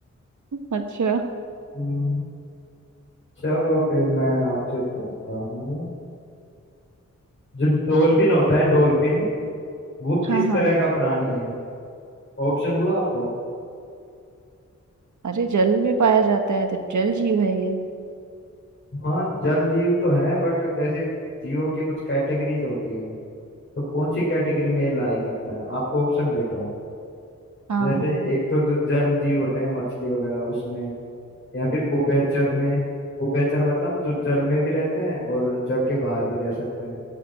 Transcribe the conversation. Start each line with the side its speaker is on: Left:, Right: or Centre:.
Right: अच्छा
Left: में चलो फिर मैं आपसे पूछता हूँ जो डॉल्फिन होता है डॉल्फिन वो किस
Right: हाँ हाँ
Left: तरह का प्राणी है ऑप्शन दूँ आपको
Right: अरे जल में पाया जाता है तो जल जीव है ये
Left: हाँ जल जीव तो है बट जैसे जीवों की कुछ कैटेगरीज होती है तो कौन सी कैटेगरी में ये लाई करता है आपको ऑप्शन देता हूँ
Right: हाँ
Left: जैसे
Right: हाँ
Left: एक तो जो जल जीव होते हैं मछली वगैरह उसमें या फिर उभयचर में उभयचर मतलब जो जल में भी रहते हैं और जल के बाहर भी रह सकते हैं